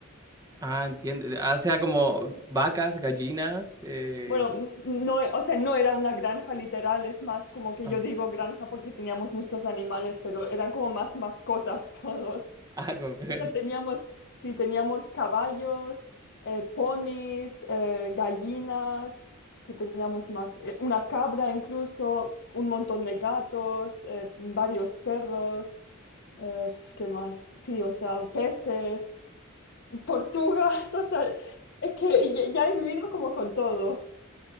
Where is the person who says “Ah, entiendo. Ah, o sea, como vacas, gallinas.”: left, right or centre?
Right